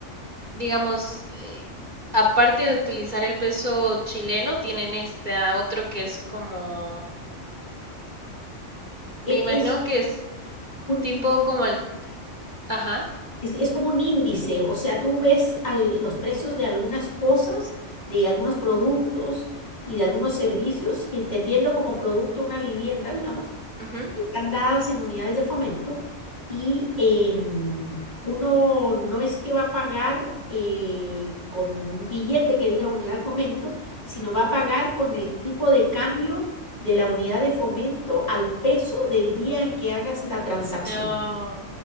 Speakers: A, on the right; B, on the left.
A: digamos, eh, aparte de utilizar el peso chileno, tienen este ah, otro que es como,
B: E-
A: me imagino
B: Es,
A: que es
B: un,
A: tipo como el, ajá,
B: Es, es como un índice, o sea, tú ves al- los precios de algunas cosas, de algunos productos y de algunos servicios, entendiendo como producto una vivienda, digamos,
A: ujú.
B: y están dadas en unidades de fomento y em, uno no es que va a pagar eh, con un billete que diga unidad de fomento, sino va a pagar con el tipo de cambio de la unidad de fomento al peso del día en que hagas la transacción.
A: Ah,